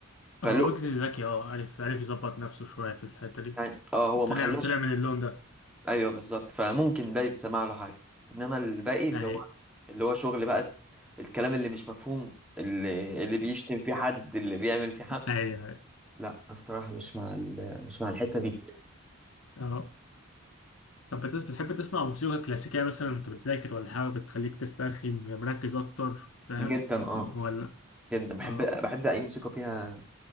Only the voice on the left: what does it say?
آه، هو ويجز ذكي أه عارف عارف يظبط نفسه شوية في الحتة دي
طلع
طلع من اللون ده
اهي
اهي اهي
اهو طب بتس- بتحب تسمع موسيقى كلاسيكية مثلا وانت بتذاكر ولا حاجة بتخليك تسترخي مركز أكتر فاهم
ولا
اه